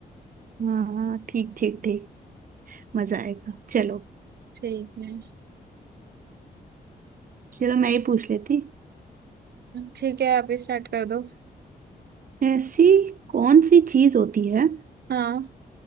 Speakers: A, on the right; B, on the right.
A: हाँ ठीक ठीक ठीक मजा आएगा चलो
B: ठीक है
A: चलो मैं ये पूछ लेती
B: ठीक है आप ही स्टार्ट कर दो
A: ऐसी कौन सी चीज होती है
B: हाँ